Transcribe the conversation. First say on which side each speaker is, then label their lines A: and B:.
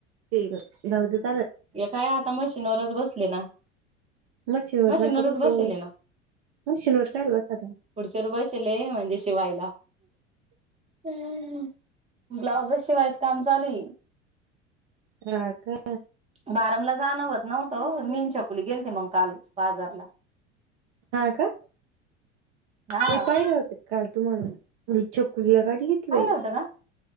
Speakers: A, on the right; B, on the right.
A: पी ग जावू दे दिवस
B: हे काय आता मशीनवरच बसले ना
A: मशीनवर
B: मशीनवरच
A: नका बसू
B: बसीले ना
A: मशीनवर काय बसा त्या.
B: खुर्ची वर बसीले म्हणजे शिवायला. हम्म ब्लाउज शिवायच काम चालूये
A: हा का
B: भारमला जाण व्हत नव्हत ओ मिनच्या पुली गेलते मंग काल बाजारला
A: हा का!
B: हा
A: ते बाहिर होते. काल तुम्हाला <unintelligible> <unintelligible> गाडी घेतले?
B: पाहिलं होतं का